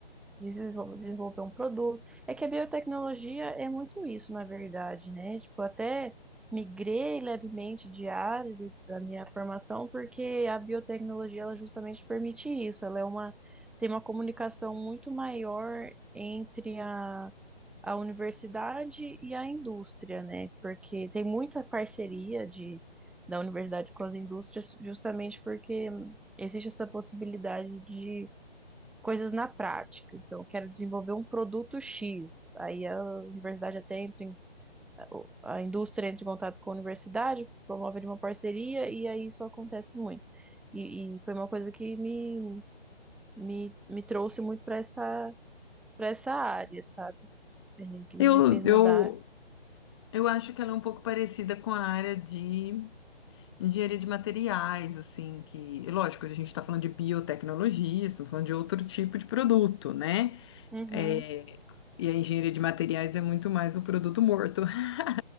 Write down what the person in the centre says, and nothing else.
desenvol- desenvolver um produto. É que a biotecnologia é muito isso, na verdade, né? Tipo, até migrei levemente de área de- da minha formação, porque a biotecnologia, ela justamente permite isso. Ela é uma, tem uma comunicação muito maior entre a, a universidade e a indústria, né? Porque tem muita parceria de, da universidade com as indústrias, justamente porque existe essa possibilidade de coisas na prática. Então, eu quero desenvolver um produto X. Aí a universidade até entra em, a indústria entra em contato com a universidade, promove ali uma parceria e aí isso acontece muito. E, e foi uma coisa que me, me, me trouxe muito para essa, para essa área, sabe? É, Que
me fez
mudar.
Uhum,